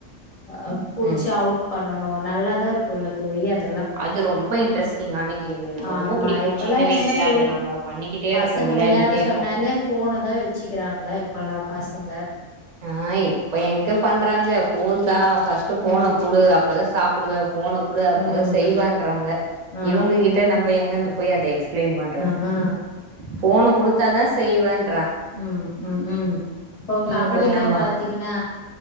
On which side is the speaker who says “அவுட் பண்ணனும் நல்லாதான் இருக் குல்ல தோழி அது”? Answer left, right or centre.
Left